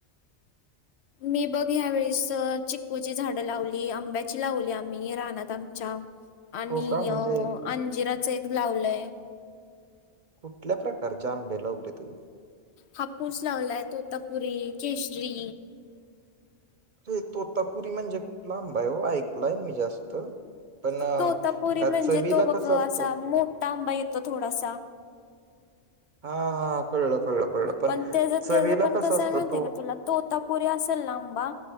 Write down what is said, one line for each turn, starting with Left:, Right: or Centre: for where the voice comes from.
Left: मी बघ ह्या वेळेस चिकू ची झाडं लावली आंब्याची लावली आम्ही रानात आमच्या आणि
Right: हो का म्हणजे
Left: अंजिराचं एक लावलंय.
Right: कुठल्या प्रकारचे आंबे लावले तुम्ही?
Left: हापूस लावलाय तोतापुरी केशरी
Right: अे तोतापुरी म्हणजे खूप लांबा आहे हो ऐकलाय मी जास्त पण अ,
Left: तोतापुरी
Right: का
Left: म्हणजे
Right: चवीला
Left: तो बघ
Right: कसा
Left: असा
Right: असतो
Left: मोठा आंबा येतो थोडासा
Right: <unintelligible> कळलं कळलं कळलं.
Left: पण ते
Right: चवीला
Left: तेच पण
Right: कसा
Left: कसं
Right: असतो
Left: म्हणते
Right: तो
Left: का तुला तोतापुरी असेल लांबा